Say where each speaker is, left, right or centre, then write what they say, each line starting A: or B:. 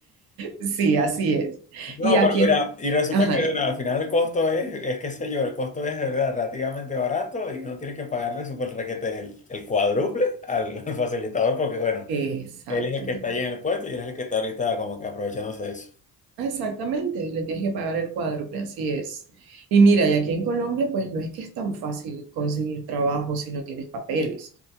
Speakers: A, on the right; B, on the left.
A: Sí, así es.
B: No,
A: Y a
B: pero
A: quién,
B: mira, y resulta
A: ajá,
B: que
A: dime.
B: bueno, al final el costo es, es qué sé yo, el costo es de verdad relativamente barato y no tienes que pagarle super requete el, el cuádruple al, al facilitador porque bueno,
A: exactamente.
B: él es el que está allí en el puesto y él es el que está ahorita como que aprovechándose de eso.
A: Ah, Exactamente, le tienes que pagar el cuádruple, así es. Y mira, y aquí en Colombia, pues no es que es tan fácil conseguir trabajo si no tienes papeles,